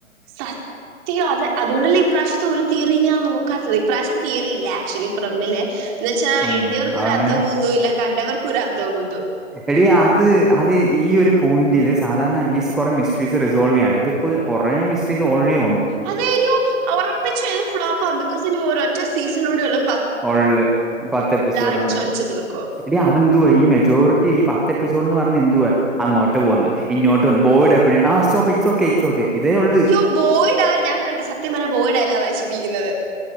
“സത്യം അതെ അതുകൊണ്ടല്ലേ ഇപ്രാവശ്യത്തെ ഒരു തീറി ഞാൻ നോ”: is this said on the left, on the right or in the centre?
Right